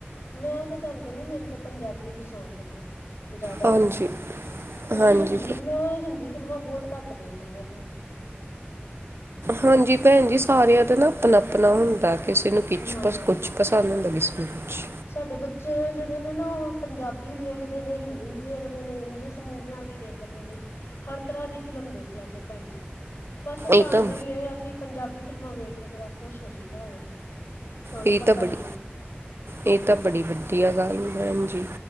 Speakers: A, on the left; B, on the right.
A: ਮੈਂ ਤੇ ਤੁਹਾਨੂੰ ਕਹਿੰਦੀ, ਮੈਨੂੰ ਤਾਂ ਪੰਜਾਬੀ ਪਸੰਦ ਨੇ ਜ਼ਿਆਦਾਤਰ,
B: ਹਾਂਜੀ
A: ਅਸੀਂ
B: ਹਾਂਜੀ
A: ਹਿੰਦੀ, ਮੈਂ ਹਿੰਦੀ ਫਿਲਮਾਂ ਬਹੁਤ ਘੱਟ ਦੇਖਣੀਆਂ ਭੈਣ ਜੀ
B: ਹਾਂਜੀ ਭੈਣ ਜੀ ਸਾਰਿਆਂ ਦਾ ਨਾ ਆਪਣਾ-ਆਪਣਾ ਹੁੰਦਾ, ਕਿਸੇ ਨੂੰ ਕਿਛ
A: ਹਾਂ
B: ਕੁਛ ਪਸ ਤੱਲਣ ਲਗੀ ਸੀ ਕੂਛ
A: ਸਾਡੇ ਬੱਚੇ ਜਿਹੜੇ ਨੇ ਨਾ, ਉਹ ਪੰਜਾਬੀ ਵੀ ਵੇਖਦੇ ਨੇ, ਹਿੰਦੀ ਵੀ ਵੇਖਦੇ ਨੇ, ਇੰਗਲਿਸ਼ ਮੂਵੀਆਂ ਵੀ ਦੇਖਦੇ ਕਦੇ, ਹਰ ਤਰ੍ਹਾਂ ਦੀ ਫਿਲਮ ਦੇਖ ਲੈਂਦੇ, ਭੈਣ ਜੀ ਬਸ ਸਾਨੂੰ
B: ਇਹ ਤਾਂ
A: ਹੀ ਇਹ ਅਸੀਂ ਪੰਜਾਬੀ ਫਿਲਮਾਂ ਵੇਖ ਕੇ ਜਰਾ ਖੁਸ਼ ਹੋ ਜਾਈਦਾ, ਹੋਰ ਕੀ ਹੈ, ਤੁਹਾਨੂੰ
B: ਇਹ
A: ਪਤਾ
B: ਤਾਂ ਬੜੀ
A: ਹੀ ਆ
B: ਇਹ ਤਾਂ ਬੜੀ ਵਧੀਆ ਗੱਲ ਹੈ, ਹੰਜੀ